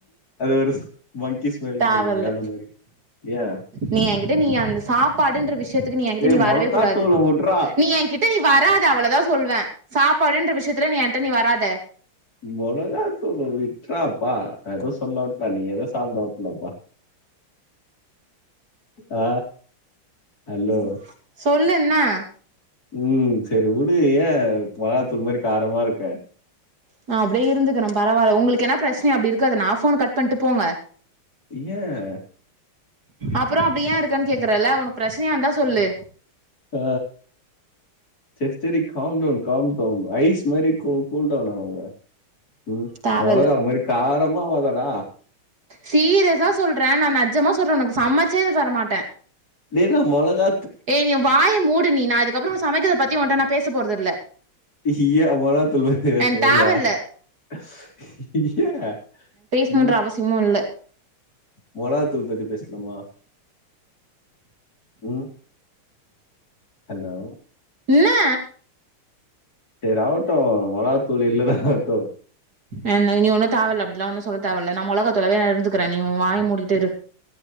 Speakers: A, on the left (about 45°); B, on the right (about 45°).
A: அது ஒரு மங்கி ஸ்மைல்
B: தேவல்ல
A: பண்ணுமே அந்த மாரி ஏன்
B: நீ என்கிட்ட நீ அந்த சாப்பாடுன்ற விஷ்யத் க்கு நீ என் கிட்ட
A: ஏய்
B: நீ வரவே
A: மிளகாத்தூளை
B: கூடாது
A: விட்றா
B: நீ என் கிட்ட நீ வராத அவ்வள தா சொல்வ சாப்பாடுன்ற விஷயத்துல நீ என் கிட்ட நீ வராத
A: மொளகா தூள விட்றப்பா நா எது சொல்ல வரல நீ ஏதோ சாப்ட <unintelligible> வா ஆ ஹலோ
B: ம் சொல்லு என்னா
A: ம் செரி விடு ஏ மொளவாத்தூள் மாரி காரமா இருக்க
B: நா அப்டியே இருந்துக்குற பரவாயில்ல உங்களுக்கு எனா ப்ரச்சனையா அப்டி இருக்கது‌னா போன கட் பண்ட்டு போங்க
A: ஏ
B: அப்பறோ அப்டி ஏன் இருக்கன்னு கேக்குறல உனக்கு பிரச்சனையா இருந்தா சொல்லு
A: ஆ செரி செரி calm down calm down ice மாறி கூல் கூல்டவுன் ஆவுங்க ம்
B: தேவல்ல
A: மொளகா மாரி காரமா ஆவதடா
B: சீரியஸா சொல்ற நா நெஜமா சொல்ற உனக்கு சமச்சே தரமாட்ட
A: டேய் நா மொளகா
B: ஏ நீ வாய மூடு நீ நா இதுக்கப்புறோ சமைக்கிறத பத்தி உன்ட்ட நா பேச போறதில்ல
A: இ யா மொளகா தூள் பத்தி பேச
B: எனக்கு
A: போறியா
B: தேவல்ல
A: யே
B: ல்னோன்ற அவசியமு இல்ல
A: மொளக தூள் பத்தி பேசலாமா ம் ஹலோ
B: இன்னா
A: செரி ஆவட்டு மொளாகாத்தூள் இல்லனா ஆவட்டு
B: அ நீ நீ ஒன்னு தேவல்ல அப்படிலா ஒன்னு சொல்ல தேவல்ல நா மொளகாத்தூளாவே நா இருத்துகிறே நீ உ வாய மூடிகிட்டு இரு